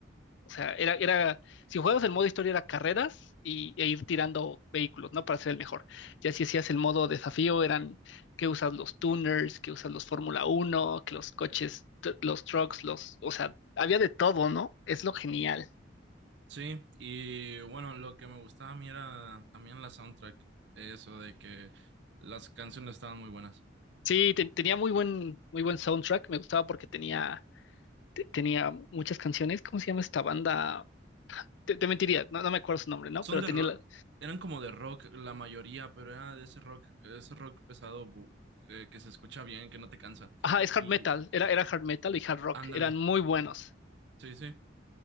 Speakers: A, on the left; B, on the right.
A: O sea, era, era, si jugabas el modo historia era carreras y, e ir tirando vehículos, ¿no? Para ser el mejor. Ya si hacías el modo desafío eran que usas los tuners, que usas los Fórmula uno que los coches, t- los trucks, los, o sea, había de todo, ¿no? Es lo genial.
B: Sí, y bueno, lo que me gustaba a mí era también la soundtrack, eso de que las canciones estaban muy buenas.
A: Sí, te- tenía muy buen, muy buen soundtrack, me gustaba porque tenía te- tenía muchas canciones. ¿Cómo se llama esta banda? Te, te mentiría, no, no me acuerdo su nombre, ¿no?
B: Son
A: Pero
B: de
A: tenía
B: rock,
A: la...
B: eran como de rock la mayoría, pero era de ese rock, ese rock pesado bu- eh, que se escucha bien, que no te cansa.
A: Ajá, es
B: Y
A: hard metal, era, era hard metal y hard rock,
B: ándale,
A: eran muy buenos.
B: sí, sí,